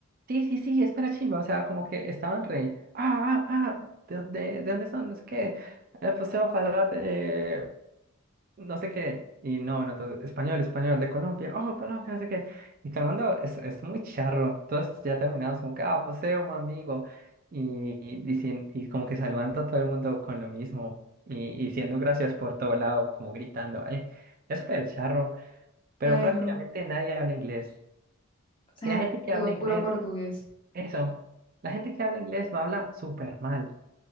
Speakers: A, on the right; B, on the left.
A: sí, sí, sí, es para chimba. O sea, como que estaban re, ah, ah, ah, ¿de, dónde- de, dónde son? Es que, eh, pues se va a hablar de no sé qué. Y no, no, todo, español, español, de Colombia, oh, Colombia, no sé qué. Y todo el mundo es, es muy charro. Todos ya terminamos como que, ah, pues eh, un amigo. Y, y, dicien- y como que saludando a todo el mundo con lo mismo. Y, y diciendo gracias por todo lado, como gritando, eh, es súper charro pero
B: Ay,
A: prácticamente
B: no. O
A: nadie habla inglés.
B: sea,
A: Y la gente que
B: todo
A: habla inglés,
B: puro portugués.
A: eso, la gente que habla inglés lo habla súper mal.